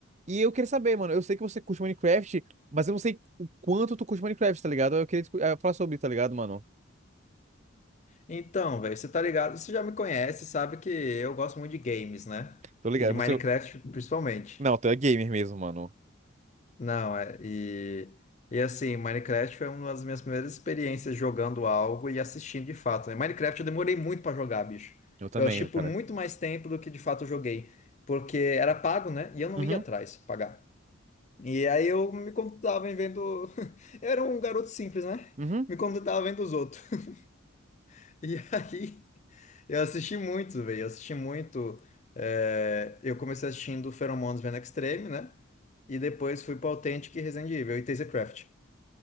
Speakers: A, on the right; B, on the left.
A: E eu queria saber, mano, eu sei que você curte Minecraft, mas eu não sei o quanto tu curte Minecraft, tá ligado? Eu queria discu- eh, falar sobre, tá ligado, mano?
B: Então, velho, você tá ligado? Você já me conhece, sabe que eu gosto muito de games, né?
A: Tô ligado.
B: E de
A: Você.
B: Minecraft, principalmente.
A: Não, tu é gamer mesmo, mano.
B: Não, é. E, e assim, Minecraft foi uma das minhas primeiras experiências jogando algo e assistindo de fato, né? Minecraft eu demorei muito pra jogar, bicho.
A: Eu também,
B: Eu achei por
A: cara.
B: muito mais tempo do que de fato eu joguei. Porque era pago, né? E eu não
A: Uhum,
B: ia atrás pagar. E aí eu me contentava em vendo. <laughs> Eu era um garoto simples, né?
A: uhum.
B: Me contentava vendo os outros. <laughs> E aí eu assisti muito, velho. Eu assisti muito. eh, Eu comecei assistindo Pheromones Vendo Extreme, né? E depois fui pra Authentic e Resident Evil e Tasercraft.